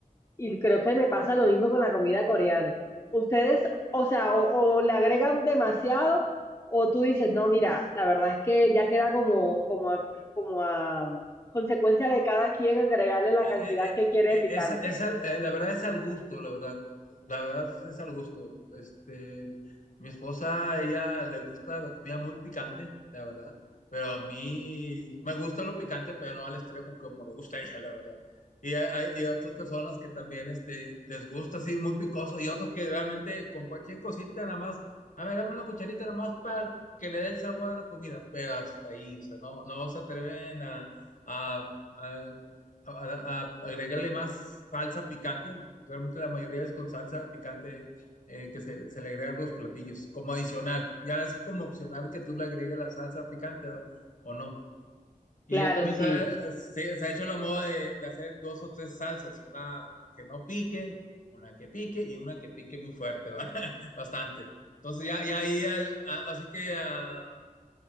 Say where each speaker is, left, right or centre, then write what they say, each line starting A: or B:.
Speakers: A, on the left (about 25°); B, on the left (about 60°).
A: Y creo que me pasa lo mismo con la comida coreana. Ustedes, o sea, o, o le agregan demasiado o tú dices, no, mira, la verdad es que ya queda como, como a, como a consecuencia de cada quien agregarle la
B: eh,
A: cantidad
B: eh,
A: que
B: eh,
A: quiere
B: eh,
A: de picante.
B: es, es al- eh, la verdad es al gusto, la verdad. La verdad es al gusto. Este, mi esposa, ella le gusta la comida muy picante, la verdad. Pero a mí me gusta lo picante, pero no al extremo como le gusta a ella, la verdad. Y hay, hay otras personas que también este, les gusta así muy picoso y otros que realmente con cualquier cosita nada más, a ver, dame una cucharita nada más para que le dé el sabor a la comida, pero hasta ahí, o sea, no, no se atreven a a- a a- a- agregarle más salsa picante. Realmente la mayoría es con salsa picante eh, que se, se le agrega a los platillos, como adicional. Ya es como opcional que tú le agregues la salsa picante ¿verdad? o no. Y
A: Claro,
B: ya también
A: sí.
B: se ha, se, se ha hecho la moda de, de hacer dos o tres salsas, una que no pique, una que pique y una que pique muy fuerte, ¿verdad? <laughs> Bastante. Entonces ya, ya ahí, al- a- así que ah,